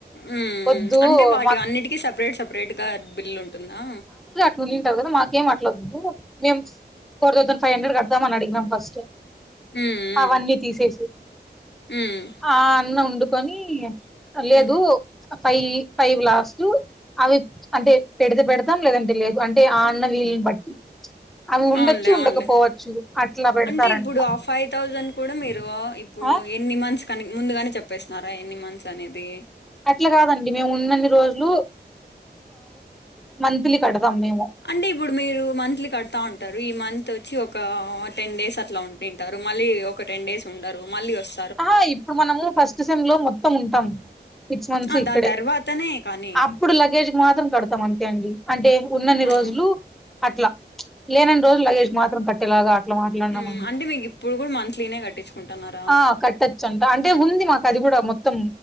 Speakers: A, on the left; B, in the centre.
A: ఉం
B: వద్దు
A: అంటే వాటి
B: మాకు
A: అన్నిటికీ సపరేట్ సపరేట్ గా బిల్లు ఉంటుందా
B: కూలింగ్ తగ్గదు మాకేం అట్లా వద్దు మేం ఫోర్ తౌసంద్ ఫైవ్ హండ్రెడ్ కడతాం అడిగినాం ఫస్ట్
A: మ్మ్ మ్మ్
B: అవన్నీ తీసేసి
A: మ్మ్
B: ఆ అన్నం వండుకొని లేదు
A: మ్మ్
B: ఫైవ్ ఫైవ్ లాస్ట్ అవి అంటే పెడితే పెడతాం లేదంటే లేదు అంటే ఆ అన్న వీళ్ ని బట్టి అవి ఉండొచ్చు
A: అవున్లే
B: ఉండకపోవచ్చు
A: అవున్లే
B: అట్లా పెడతారంట
A: అంటే ఇప్పుడు ఆ ఫైవ్ థౌసండ్ కూడా మీరు ఇప్పుడు
B: ఆ
A: ఎన్ని మంత్స్ కనీ ముందుగానే చెప్పేసినార ఇన్ని మంత్స్ అనేది
B: అట్లా కాదండి మేము ఉన్నన్ని రోజులు మంత్లీ కడతాం మేము
A: అంటే ఇప్పుడు మీరు మంత్ లీ కడతా ఉంటారు ఈ మంత్ వచ్చి ఒక టెన్ డేస్ అట్లా ఉం తింటారు మళ్ళీ ఒక టెన్ డేస్ ఉండరు మళ్ళీ వస్
B: అహ ఇప్పుడు మనము ఫస్ట్ సెమ్ లో మొత్తం ఉంటాం సిక్స్ మంత్స్
A: ఆ!
B: ఇక్కడే
A: దాని తర్వాతనే కానీ
B: అప్పుడు లగేజ్ మాత్రం కడతాం అంతే అండి అంటే ఉన్నన్ని
A: ఆహా!
B: రోజులు అట్లా లేనని రోజులు లగేజ్ మాత్రం కట్టేలాగ అట్లా మాట్లాడినాం
A: హ్మ్.
B: అండి
A: అంటే మీకు ఇప్పుడు కూడ మంత్లీ నే కట్టిచు కుంటున్నార
B: ఆ కట్టచ్చు అంట అంటే ఉంది మాకు అది కూడా మొ త్తం